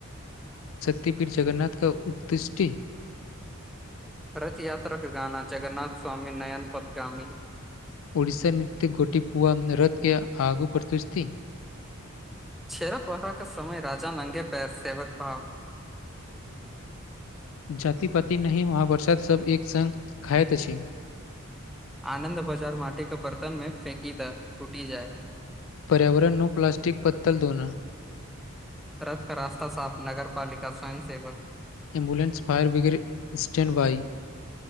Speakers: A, on the left; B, in the centre.
A: कतिपीर जगन्नाथ का उत्तृष्टि
B: रथ यात्रा के गाना जगन्नाथ स्वामी नयन पतगामी
A: ओड़िसा नृते गोटी पुआ रथ के आगू पड़तुसती
B: छेरा पोहरा का समय राजा नंगे पैर सेवक भाव <inaudible>
A: जाति पाति नहि महाप्रसाद सब एक संग खाइत अछि
B: आनंन्द बाजार माटि के बर्तन मे फेकी त टूटी जाय
A: पर्यावरण नो प्लास्टिक पत्तल धोना
B: रथ क रास्ता साफ नगरपालिका स्वयं सेवक
A: एम्बलेंस फायर ब्रिगेड स्टैण्ड बई